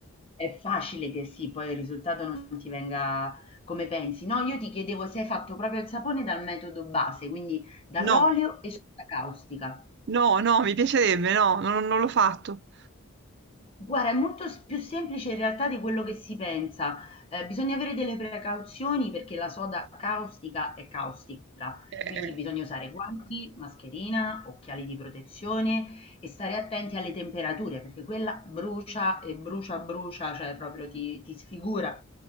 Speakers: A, on the left; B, on the right.
A: è facile che sì, poi il risultato non ti venga come pensi. No, io ti chiedevo se hai fatto proprio il sapone dal metodo base, quindi dall'olio
B: No,
A: e soda caustica.
B: No, no, mi piacerebbe, no, non non l'ho fatto.
A: Guarda, è molto s più semplice in realtà di quello che si pensa. Ehm, bisogna avere delle precauzioni perché la soda caustica è caustica,
B: Eh, eh.
A: quindi bisogna usare guanti, mascherina, occhiali di protezione e stare attenti alle temperature perché quella brucia e brucia, brucia, cioè proprio ti ti sfigura.